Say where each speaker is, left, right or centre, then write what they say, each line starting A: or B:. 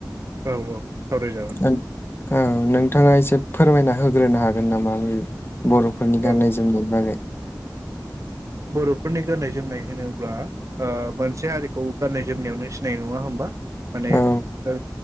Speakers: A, on the right; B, on the left.
A: औ औ सावरायजागोन।
B: नों औ नोंथाङा एसे फोरमायना होग्रोनो हागोन नामा बे बर'फोरनि गाननाय
A: औ
B: जोमनायनि बागै
A: बर'फोरनि गाननाय जोमनाय होनोब्ला ओ मोनसे हारिखौ गाननाय जोमनायावनो सिनायनाय नङा होमबा माने
B: औ
A: ओ